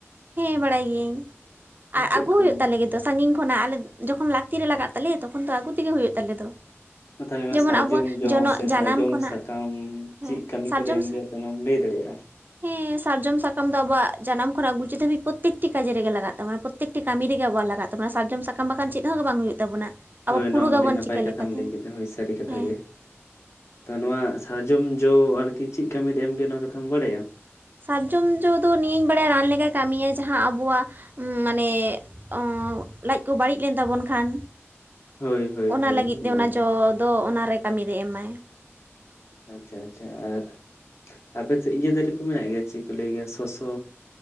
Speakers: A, on the right; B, on the left.
A: ᱦᱮᱸ ᱵᱟᱲᱟᱭ ᱜᱤᱭᱟᱹᱧ ᱟᱨ
B: ᱪᱮᱫ
A: ᱟᱹᱜᱩ
B: ᱠᱚ
A: ᱦᱩᱭᱩᱜ ᱛᱟᱞᱮ ᱜᱮᱫᱚ, ᱥᱟᱺᱜᱤᱧ ᱠᱷᱚᱱᱟᱜ ᱟᱞᱮ ᱡᱚᱠᱷᱚᱱ ᱞᱟᱹᱠᱛᱤ ᱨᱮ ᱞᱟᱜᱟᱜ ᱛᱟᱞᱮ ᱛᱚᱠᱷᱚᱱ ᱫᱚ ᱟᱹᱜᱩ ᱛᱮᱜᱮ ᱦᱩᱭᱩᱜ ᱛᱟᱞᱮ ᱫᱚ᱾
B: ᱛᱟᱦᱚᱞᱮ ᱚᱱᱟ
A: ᱡᱮᱢᱚᱱ
B: ᱥᱟᱨᱡᱚᱢ
A: ᱟᱵᱚᱣᱟᱜ
B: ᱡᱚ
A: ᱡᱚᱱᱚᱜ
B: ᱥᱮ
A: ᱡᱟᱱᱟᱢ
B: ᱥᱟᱨᱡᱚᱢ
A: ᱠᱷᱚᱱᱟᱜ
B: ᱥᱟᱠᱟᱢ
A: ᱦᱮᱸ
B: ᱪᱮᱫ ᱠᱟᱹᱢᱤ
A: ᱥᱟᱨᱡᱚᱢ
B: ᱠᱚᱨᱮ ᱮᱢ ᱜᱮᱭᱟ ᱛᱚ ᱱᱚᱣᱟᱢ ᱞᱟᱹᱭ ᱫᱟᱲᱮᱭᱟᱜ-ᱟ?
A: ᱦᱮᱸ ᱥᱟᱨᱡᱚᱢ ᱥᱟᱠᱟᱢ ᱫᱚ ᱟᱵᱚᱣᱟᱜ ᱡᱟᱱᱟᱢ ᱠᱷᱚᱱᱟᱜ ᱜᱩᱡ ᱪᱮᱫ ᱦᱟᱹᱵᱤᱡ ᱯᱨᱚᱛᱛᱮᱠᱴᱤ ᱠᱟᱡᱮ ᱨᱮ ᱞᱟᱜᱟ ᱛᱟᱵᱚᱱᱟ ᱯᱨᱚᱛᱛᱮᱠᱴᱤ ᱠᱟᱹᱢᱤ ᱨᱮ ᱟᱵᱚᱣᱟᱜ ᱞᱟᱜᱟ ᱛᱟᱵᱚᱱᱟ ᱥᱟᱨᱡᱚᱢ ᱥᱟᱠᱟᱢ ᱵᱟᱠᱷᱟᱱ ᱪᱮᱫ ᱦᱚᱸ ᱵᱟᱝ ᱦᱩᱭᱩᱜ ᱛᱟᱵᱚᱱᱟ᱾ ᱟᱵᱚ
B: ᱦᱳᱭ
A: ᱯᱷᱩᱲᱩᱜᱟᱵᱚᱱ
B: ᱱᱚᱣᱟ ᱢᱟ ᱟᱹᱰᱤ ᱱᱟᱯᱟᱭ
A: ᱪᱤᱠᱟᱹ
B: ᱠᱟᱛᱷᱟᱢ
A: ᱞᱮᱠᱟᱛᱮ
B: ᱞᱟᱹᱭ ᱠᱮᱫᱟ ᱦᱳᱭ ᱥᱟᱹᱨᱤ ᱠᱟᱛᱷᱟ
A: ᱦᱮᱸ
B: ᱜᱮ᱾ ᱛᱚ ᱱᱚᱣᱟ ᱥᱟᱨᱡᱚᱢ ᱡᱚ ᱟᱨᱠᱤ ᱪᱮᱫ ᱠᱟᱹᱢᱤ ᱨᱮ ᱮᱢ ᱜᱮᱭᱟ ᱱᱚᱣᱟ ᱠᱟᱛᱷᱟᱢ ᱵᱟᱰᱟᱭᱟ?
A: ᱥᱟᱨᱡᱚᱢ ᱡᱚ ᱫᱚ ᱱᱤᱭᱟᱹᱧ ᱵᱟᱲᱟᱭᱟ ᱨᱟᱱ ᱞᱮᱠᱟ ᱠᱟᱹᱢᱤᱭᱟ ᱡᱟᱦᱟᱸ ᱟᱵᱚᱣᱟᱜ ᱢᱟᱱᱮ ᱚᱸ ᱞᱟᱡ ᱠᱚ ᱵᱟᱹᱲᱤᱡ ᱞᱮᱱ ᱛᱟᱵᱚᱱ ᱠᱷᱟᱱ
B: ᱦᱳᱭ ᱦᱳᱭ
A: ᱚᱱᱟ
B: ᱦᱳᱭ
A: ᱞᱟᱹᱜᱤᱫ
B: ᱱᱚᱣᱟ
A: ᱛᱮ ᱚᱱᱟ
B: ᱜᱮ
A: ᱡᱚ
B: ᱛᱟᱦᱮᱸ᱾
A: ᱫᱚ ᱚᱱᱟ ᱨᱮ ᱠᱟᱹᱢᱤ ᱨᱮ ᱮᱢᱟᱭ᱾
B: ᱟᱪᱪᱷᱟ ᱟᱪᱪᱷᱟ ᱟᱨ ᱟᱯᱮ ᱥᱮᱫ ᱤᱭᱟᱹ ᱫᱟᱨᱮ ᱠᱚ ᱢᱮᱱᱟᱜ ᱜᱮᱭᱟ ᱪᱮᱫ ᱠᱚ ᱞᱟᱹᱭ ᱜᱮᱭᱟ ᱥᱚᱥᱚ?